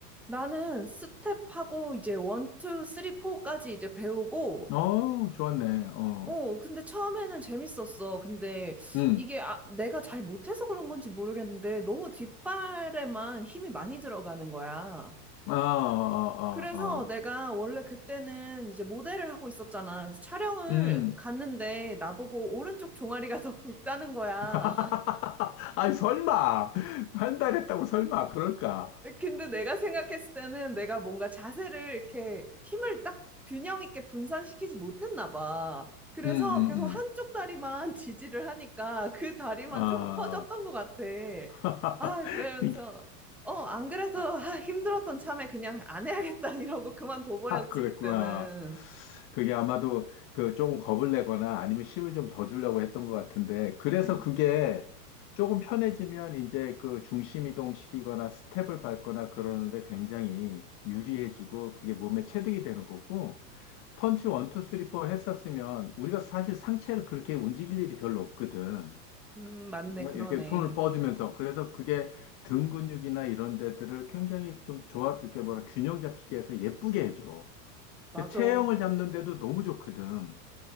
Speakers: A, in the centre; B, on the left.
A: 나는 스텝하고 이제 원, 투, 쓰리, 포까지 이제 배우고,
B: 어, 좋았네. 어,
A: 어, 근데 처음에는 재밌었어. 근데
B: 응.
A: 이게 아, 내가 잘 못해서 그런 건지 모르겠는데 너무 뒷발에만 힘이 많이 들어가는 거야.
B: 아, 아, 아,
A: 그래서
B: 아.
A: 내가 원래 그때는 이제 모델을 하고 있었잖아. 그래서 촬영을
B: 음,
A: 갔는데 나보고 오른쪽 종아리가 <laughs> 더 굵다는 거야.
B: <laughs> 아니, 설마. 한 달 했다고 설마. 그럴까?
A: 근데 내가 생각했을 때는 내가 뭔가 자세를 이렇게 힘을 딱 균형 있게 분산시키지 못했나 봐. 그래서
B: 음, 음,
A: 계속
B: 음.
A: 한쪽 다리만 <laughs> 지지를 하니까 그 다리만
B: 아,
A: 좀 커졌던 것 같아.
B: <laughs>
A: 아, 그래서,
B: 이게,
A: 어, 안 그래도
B: <laughs>
A: 아, 힘들었던 참에 그냥 안 해야겠다 <laughs> 이러고 그만둬버렸지,
B: 그랬구나.
A: 그때는.
B: 그게 아마도 그 조금 겁을 내거나 아니면 힘을 좀 더 주려고 했던 것 같은데. 그래서
A: 음,
B: 그게 조금 편해지면 이제 그 중심 이동시키거나 스텝을 밟거나 그러는데 굉장히 유리해지고 그게 몸에 체득이 되는 거고. 펀치 원, 투, 쓰리, 포 했었으면 우리가 사실 상체를 그렇게 움직일 일이 별로 없거든.
A: 음, 맞네,
B: 어,
A: 그러네.
B: 이렇게 손을 뻗으면서. 그래서 그게 등 근육이나 이런 데들을 굉장히 좀 조합, 이렇게 뭐라, 균형 잡히게 해서 예쁘게 해줘.
A: 맞아.
B: 그 체형을 잡는데도 너무 좋거든.